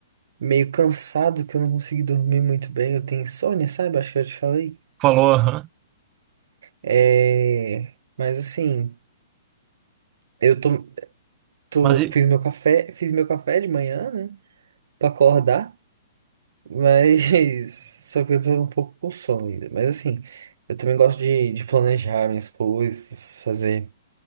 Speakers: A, on the right; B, on the right.
A: meio cansado que eu não consegui dormir muito bem. Eu tenho insônia, sabe? Acho que eu já te falei.
B: Falou, aham.
A: É, mas assim, eu tô, tô.
B: Mas e-
A: Fiz meu café, fiz meu café de manhã, né? Pra acordar. Mas. <laughs> Só que eu tô um pouco com sono ainda. Mas assim, eu também gosto de, de planejar minhas coisas, fazer